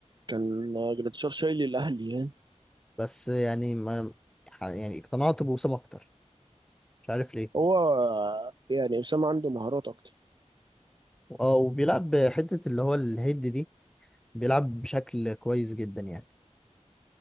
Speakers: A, on the right; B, in the centre.
A: كان آه، جراديشار شايل الاهلي يعني
B: بس يعني ما يعني اقتنعت بوسام أكتر مش عارف ليه
A: هو آه، يعني وسام عنده مهارات اكتر
B: اه وبيلعب حتة اللي هو الهيد دي بيلعب بشكل كويس جدا يعني